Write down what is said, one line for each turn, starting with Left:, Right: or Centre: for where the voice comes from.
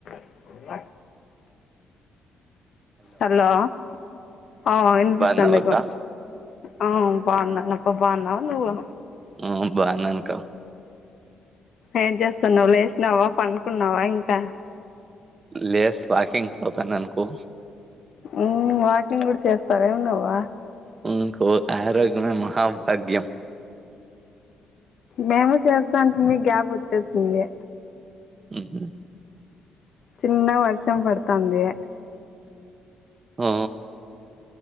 Left: <unintelligible> Hello ఆ వినిపిస్తాంది
Right: బాగున్నావక్క
Left: ఇపు ఆ బావున్నానప్ప బావున్నావా నువ్వు
Right: ఆ బావున్నా అక్క
Left: ఏం చేస్తున్నావ్ లేసినావా పండుకున్నావా ఇంకా
Right: లేస్ వాకింగ్కి పోతున్నా అనుకో
Left: ఉమ్ వాకింగ్ కూడా చేస్తావా ఏంది నువ్వు
Right: ఉమ్ ఆరోగ్యమే మహాభాగ్యం
Left: మేము చేస్తా అంటిమి గ్యాప్ వచ్చేసింది
Right: ఉహు
Left: చిన్నగ వర్షం పడతాంది
Right: ఆ